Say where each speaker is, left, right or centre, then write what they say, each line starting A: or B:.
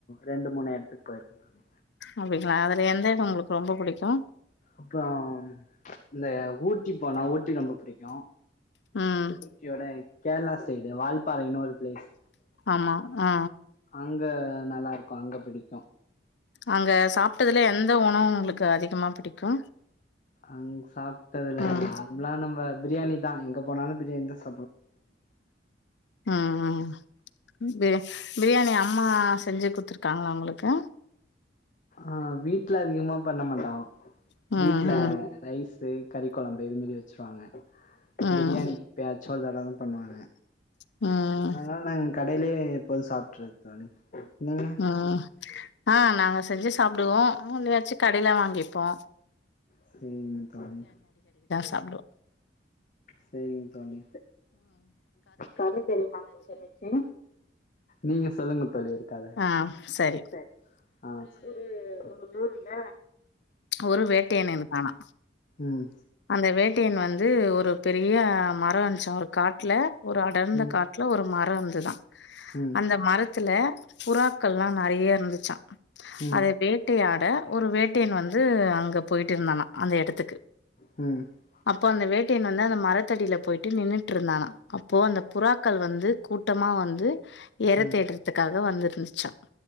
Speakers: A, on the left (about 45°); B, on the left (about 70°).
A: ரெண்டு மூணு எடத்துக் போய்ர்க்க தோழி
B: அப்டிங்ளா அதுல எந்த எடோ உங்குளுக் ரொம்ப புடிக்கோ
A: அப்றோ இந்த ஊட்டி போனா ஊட்டி ரொம்ப புடிக்கு
B: ம்
A: ஊட்டியோட கேர்ளா சைடு வால்பாறைன் ஒரு ப்ளேஸ்
B: ஆமா ஆ
A: அங்க நல்லாருக்கோ அங்க பிடிக்கு
B: அங்க சாப்ட்டதுல எந்த உணவு உங்குளுக்கு அதிகமா பிடிக்கு
A: அங்குசாப் ட்டதுல்ல
B: ம்
A: நார்மலா நம்ப பிரியாணி நாங்க எங்க போனாலு பிரியாணிதா சாப்
B: ம் ம் பிரி பிரியாணி அம்மா செஞ்சு குத்துருக்காங்களா உங்களுக்கு
A: ஆ வீட்ல அதிகமா பண்ண மாட்டங்க
B: ம், ம்,
A: வீட்ல ரைஸு கறி கெழம்பு இது மெரி வெச்சுருவாங்க
B: ம்,
A: பிரியணி எப்பயாது சோழ்தடதா பண்ணுவாங்க
B: ம்,
A: ஆனா நாங் கடையிலே இப்போது சாப்ட்றது தோழி நீங்க
B: ம் ஆ நாங்க செஞ்சு சாப்டுவோ அவங்கலே ஆச்சு கடையில வாங்கிப்போ
A: சேரிங் தோழி
B: அப்றோ
A: செரிங்க தோழி கத தெரியுமா உங்குளுக்கு எதாச்சு நீங்க சொல்லுங்க தோழி ஒரு கத
B: ஆ
A: ம்
B: சரி.
A: செரி ம் ஒரு ஊர்ல
B: ஒரு வேட்டையன் இருத்தானா
A: ம்
B: அந்த வேட் வேட்டயன் வந்து ஒரு பெரிய மரம் இருஞ்சா ஒரு காட்ல ஒரு அடர்ந்த
A: ம்
B: காட்ல ஒரு மரோ புறா வந்துதா
A: ம் ம்
B: அந்த மரத் த்துல புறாக்கள்லா நெறைய இருந்து ச்சா
A: ம்
B: அது வேட்டையா ட ஒரு வேட்டையன் வந் ந்து அங்க போயிட்டு இருந்தானா அந்த எடத்துக்கு
A: ம்
B: அப் அப்போ அந்த வேட்டையன் வந்து அந்த மரத்தடில போயிட்டு நின்னுட்டு இருந்தானா அப்போ அந்த புறாக்கள் வந்து கூட்டமா வந்து
A: ம்
B: எர தேட்றத்துக்காக்
A: ம்
B: எதோ வந்துருந்துச்சா